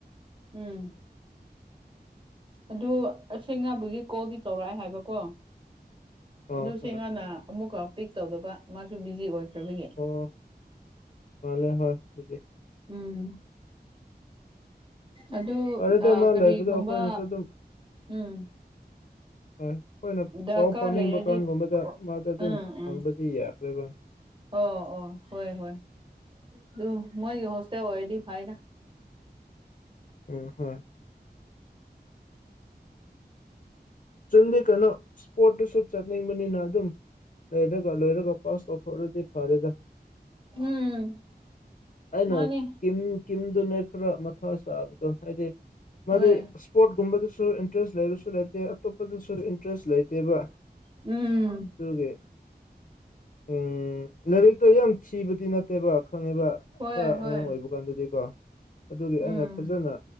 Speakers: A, on the right (about 30°); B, on the left (about 50°).
A: ꯎꯝ ꯑꯗꯨ ꯑꯁꯦꯡꯅꯕꯨꯒꯤ ꯀꯣꯜꯗꯤ ꯇꯧꯔꯛꯑꯦ ꯍꯥꯏꯕꯀꯣ
B: ꯑ ꯍꯣꯏ
A: ꯑꯗꯨ ꯁꯤ ꯉꯥꯟꯅ ꯑꯃꯨꯛꯀ ꯄꯤꯛ ꯇꯧꯗꯕ ꯃꯥꯁꯨ ꯕꯤꯖꯤ ꯑꯣꯏ ꯀꯉꯦ
B: ꯑꯣ ꯃꯥꯜꯂꯦ ꯍꯣꯏ ꯑꯗꯨꯗꯤ
A: ꯎꯝ ꯑꯗꯨ
B: ꯐꯔꯦꯗ ꯃꯥ
A: ꯀꯔꯤꯒꯨꯝꯕ
B: ꯂꯩꯕꯗꯣ ꯑꯩꯈꯣꯏꯅꯁꯨ ꯑꯗꯨꯝ
A: ꯎꯝ
B: ꯍꯣꯏ ꯑꯩꯈꯣꯏꯅ
A: ꯗꯔꯀꯥꯔ
B: ꯄꯥꯎ ꯐꯥꯎꯅꯤꯡꯕ
A: ꯂꯩꯔꯗꯤ
B: ꯀꯥꯟꯒꯨꯝꯕꯗ ꯃꯥꯗ ꯑꯗꯨꯝ
A: ꯎꯝ
B: ꯍꯪꯕꯗꯤ
A: ꯎꯝ
B: ꯌꯥꯏ ꯀꯣꯏꯕ
A: ꯑꯣ ꯑꯣ ꯍꯣꯏ ꯍꯣꯏ ꯑꯗꯨ ꯃꯣꯏꯒꯤ ꯍꯣꯁꯇꯦꯜ ꯑꯣꯏꯔꯗꯤ ꯐꯥꯏꯅ
B: ꯑ ꯍꯣ ꯆꯟꯗꯤ ꯀꯅꯣ ꯏꯁꯄꯣꯔꯠꯇꯁꯨ ꯆꯠꯅꯤꯡꯕꯅꯤꯅ ꯑꯗꯨꯝ ꯂꯩꯣꯏꯔꯒ ꯂꯣꯏꯔꯒ ꯄꯥꯁꯣ ꯊꯣꯔꯗꯤ ꯐꯥꯔꯦꯗ
A: ꯎꯝ
B: ꯑꯩꯅ
A: ꯃꯥꯅꯦ
B: ꯀꯤꯝ ꯀꯤꯝꯗꯨꯅꯦ ꯈꯔ ꯃꯊꯥ ꯁꯥꯕꯗꯣ ꯍꯥꯏꯗꯤ
A: ꯍꯣꯏ
B: ꯃꯥꯗꯤ ꯏꯁꯄꯣꯔꯠꯀꯨꯝꯕꯗꯁꯨ ꯏꯟꯇꯔꯦꯁ ꯂꯩꯔꯁꯨ ꯂꯩꯇꯦ ꯑꯄꯗꯁꯨ ꯏꯟꯇꯔꯦꯁ ꯂꯩꯇꯦꯕ
A: ꯎꯝ
B: ꯑꯗꯨꯒꯤ ꯎꯝ ꯂꯩꯔꯤꯛꯛꯇ ꯌꯥꯝ ꯆꯤꯕꯗꯤ ꯅꯠꯇꯦꯕꯥ ꯈꯪꯉꯤꯕ
A: ꯍꯣꯏ
B: ꯈꯔ
A: ꯍꯣꯏ
B: ꯑꯉꯥꯡ ꯑꯣꯏꯕ ꯀꯥꯟꯗꯗꯤꯀꯣ ꯑꯗꯨꯒꯤ
A: ꯎꯝ
B: ꯑꯩꯅ ꯐꯖꯅ